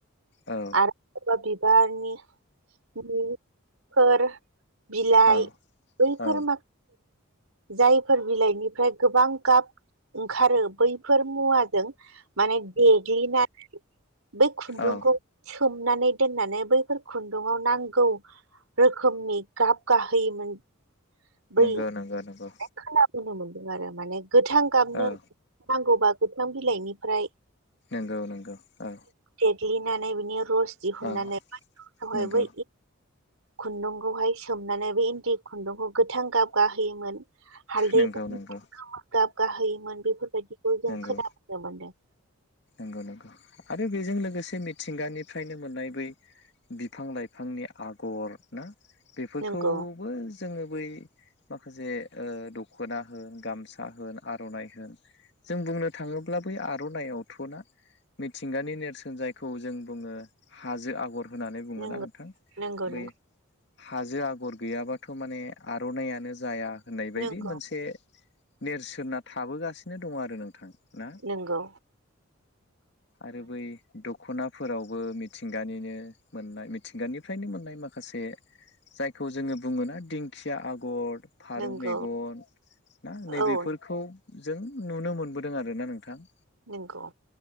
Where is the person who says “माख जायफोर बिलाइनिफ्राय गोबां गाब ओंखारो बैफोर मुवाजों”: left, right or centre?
Right